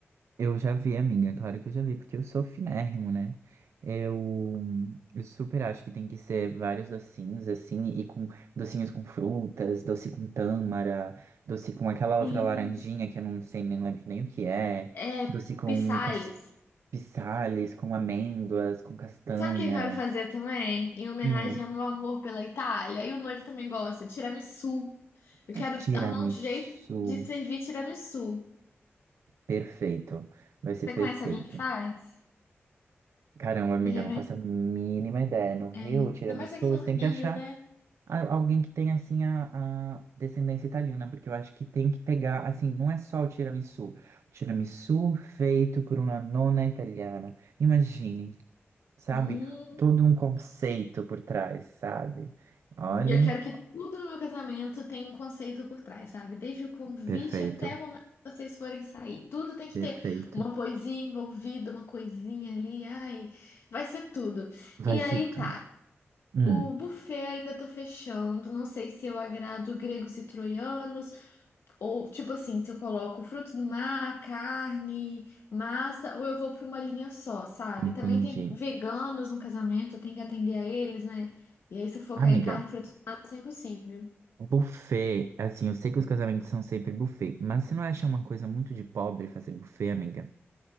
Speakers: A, on the right; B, on the left.
A: Eu já vi, amiga, claro que eu já vi, porque eu sou finérrimo, né? Eu, eu super acho que tem que ser vários docinhos, assim, e com docinhos com frutas, doce com tâmara, doce com aquela outra
B: Sim.
A: laranjinha que eu não sei, nem lembro nem o que é,
B: é,
A: doce com
B: pissalhas.
A: cas- pisales, com amêndoas, com castanhas.
B: Sabe o que eu quero fazer também? Em homenagem
A: Hum,
B: ao meu amor pela Itália, e o noivo também gosta, tiramisu. Eu quero
A: tiramisu,
B: arrumar um jeito de servir tiramisu.
A: perfeito. Vai ser
B: Você
A: perfeito.
B: conhece alguém que faz?
A: Caramba, amiga,
B: De repente,
A: eu não faço a mínima ideia. No Rio,
B: é... ainda
A: tiramisu,
B: mais aqui
A: você
B: no Rio,
A: tem que achar.
B: né?
A: a- alguém que tem assim, a, a descendência italiana, porque eu acho que tem que pegar, assim, não é só o tiramisu. O tiramisu feito por uma nona italiana. Imagine, sabe?
B: Hum,
A: Todo um conceito por trás, sabe? Olha,
B: E eu quero que tudo no meu casamento tenha um conceito por trás, sabe? Desde o convite
A: perfeito,
B: até o momento que vocês forem sair. Tudo tem que
A: perfeito.
B: ter uma poesia envolvida, uma coisinha ali. Ai, vai ser tudo.
A: Vai
B: E
A: ser
B: aí
A: tudo.
B: tá.
A: Hum,
B: O buffet ainda tô fechando. Não sei se eu agrado gregos e troianos. Ou, tipo assim, se eu coloco frutos do mar, carne, massa, ou eu vou pra uma linha só, sabe?
A: entendi.
B: Também tem veganos no casamento, eu tenho que atender a eles, né? E aí, se eu focar
A: Amiga,
B: em carne e frutos do mar, isso é impossível.
A: buffet, assim, eu sei que os casamentos são sempre buffet, mas você não acha uma coisa muito de pobre fazer buffet, amiga?